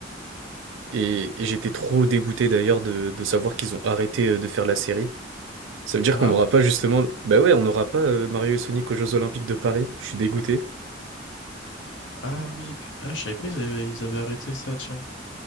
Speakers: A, on the right (about 85°); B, on the left (about 65°).
A: Et, et j'étais trop dégoûté d'ailleurs de, de savoir qu'ils ont arrêté euh, de faire la série. Ça veut dire
B: Ah,
A: qu'on n'aura pas justement. Bah ouais, on n'aura pas euh, Mario et Sonic aux Jeux Olympiques de Paris. Je suis dégoûté.
B: ah oui, et puis... Ah, je savais pas, ils avaient, ils avaient arrêté ça, tiens.